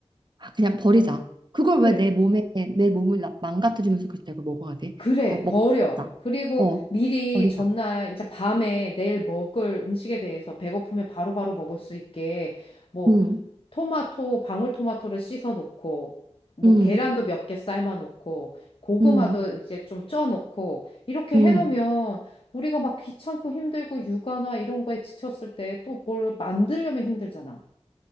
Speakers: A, on the right; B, on the left.
A: 아, 그냥 버리자. 그걸
B: 그래,
A: 왜 내 몸에 내 몸을 나- 망가뜨리면서 그때 그걸 먹어야 돼?
B: 그래,
A: 그거 먹자.
B: 버려. 그리고
A: 어,
B: 미리
A: 버리자.
B: 전날 이제 밤에 내일 먹을 음식에 대해서 배고프면 바로바로 먹을 수 있게 뭐
A: 음,
B: 토마토, 방울토마토를 씻어 놓고, 뭐
A: 음,
B: 계란도 몇 개 삶아 놓고, 고구마도
A: 음,
B: 이제 좀 쪄 놓고, 이렇게
A: 음.
B: 해 놓으면 우리가 막 귀찮고 힘들고 육아나 이런 거에 지쳤을 때 또 뭘 만들려면 힘들잖아.